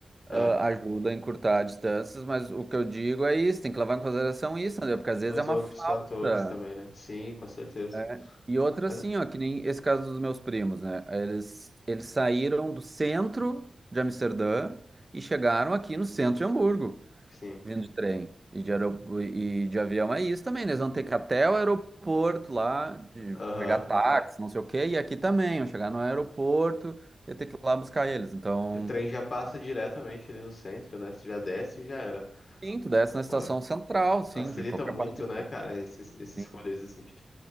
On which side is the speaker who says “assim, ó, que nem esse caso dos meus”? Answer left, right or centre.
Right